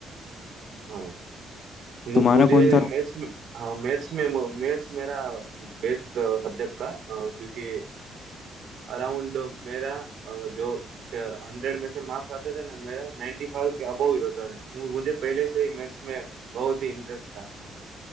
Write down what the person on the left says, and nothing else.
तुम्हारा
कौन सा